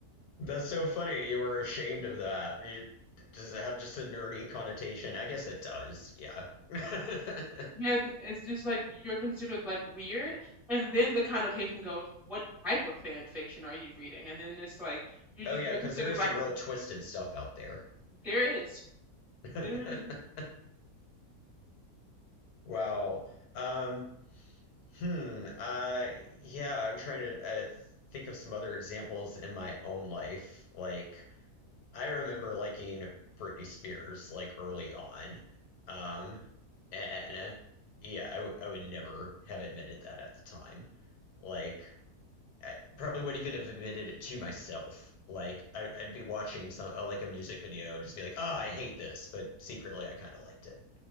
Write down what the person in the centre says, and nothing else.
Yes, it's it's just like you're considered like weird, and then the connotation goes, what type of fan fiction are you reading? And then it's like you're just
you're
considered
like
a,
there is
there is